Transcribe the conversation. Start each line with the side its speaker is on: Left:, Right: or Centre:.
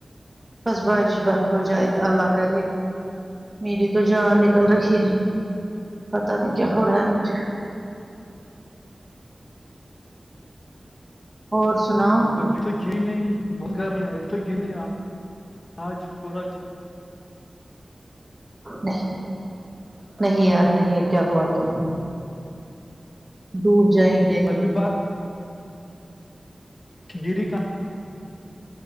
Right: بس بارش بند ہو جائے اللہ کرے میری تو جان نکل رہی ہے پتا نہیں کیا ہو رہا ہے مجھے اور سناؤ
Left: ابھی تو گ نہیں ب گار نہیں ابھی تو گ نہیں آج پورا د
Right: نہیں نہیں یار نہیں ہے کیا ہوا تمیں ڈوب جائیں
Left: ابھی ب ڈری کا